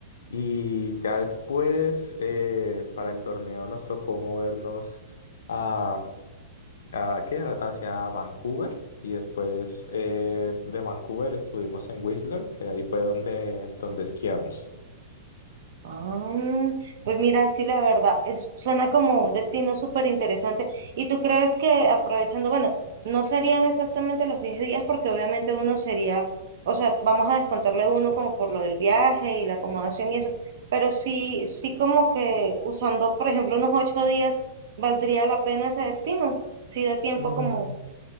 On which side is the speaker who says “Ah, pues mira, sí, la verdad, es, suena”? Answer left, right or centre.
Right